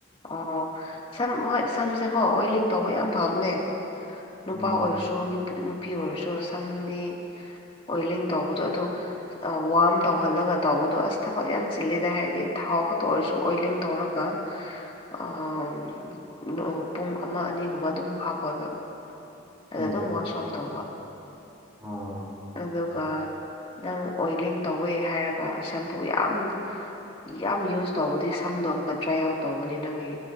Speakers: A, on the left (about 25°); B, on the right (about 15°).
A: ꯑꯣ ꯁꯝ ꯍꯣꯏ ꯁꯝꯁꯦꯀꯣ ꯑꯣꯏꯂꯤꯡ ꯇꯧꯕ ꯌꯥꯝ ꯐꯕꯅꯦ ꯅꯨꯄꯥ
B: ꯎꯝ
A: ꯑꯣꯏꯔꯁꯨ ꯗꯣ ꯅꯨ ꯅꯨꯄꯤ ꯑꯣꯏꯔꯁꯨ ꯁꯝꯗꯤ ꯑꯣꯏꯂꯤꯡ ꯇꯧꯕꯗꯣ ꯑꯗꯨ ꯑ ꯋꯥꯔꯝ ꯇꯧꯍꯜꯂꯒ ꯇꯧꯕꯗꯣ ꯑꯁ ꯊꯕꯛ ꯌꯥꯝ ꯆꯤꯜꯂꯦꯗ ꯍꯥꯏꯔꯗꯤ ꯊꯥꯎ ꯈꯛꯇ ꯑꯣꯏꯔꯁꯨ ꯑꯣꯏꯂꯤꯡ ꯇꯧꯔ ꯒ ꯑꯥ ꯄꯨꯡ ꯑꯃ ꯑꯅꯤꯒꯨꯝꯕ ꯑꯗꯨꯝ ꯍꯥꯞꯄꯒ ꯑ
B: ꯎꯝ
A: ꯑꯗꯨꯝ ꯋꯥꯁ ꯑꯣꯐ ꯇꯧꯕ
B: ꯑꯥ
A: ꯑꯗꯨꯒ ꯅꯪ ꯑꯣꯏꯂꯤꯡ ꯇꯧꯋꯦ ꯍꯥꯏꯔꯒ ꯁꯦꯝꯄꯨ ꯌꯥꯝ ꯌꯥꯝ ꯌꯨꯁ ꯇꯧꯕꯗꯤ ꯁꯝꯗꯣ ꯑꯃꯨꯛꯀ ꯗ꯭ꯔꯥꯏ ꯑꯥꯎꯠ ꯇꯧꯕꯅꯦ ꯅꯪꯒꯤ